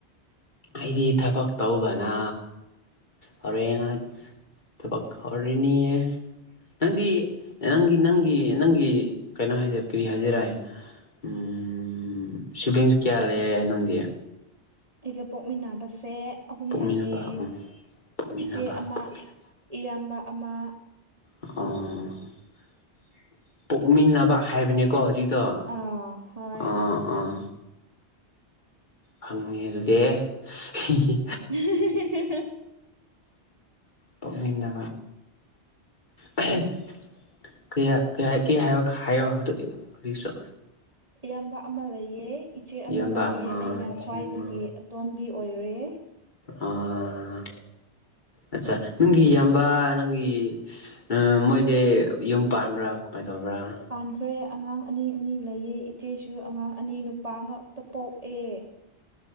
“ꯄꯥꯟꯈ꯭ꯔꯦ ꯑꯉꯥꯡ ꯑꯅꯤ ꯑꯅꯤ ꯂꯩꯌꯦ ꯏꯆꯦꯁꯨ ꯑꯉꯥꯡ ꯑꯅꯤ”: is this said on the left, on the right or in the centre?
Right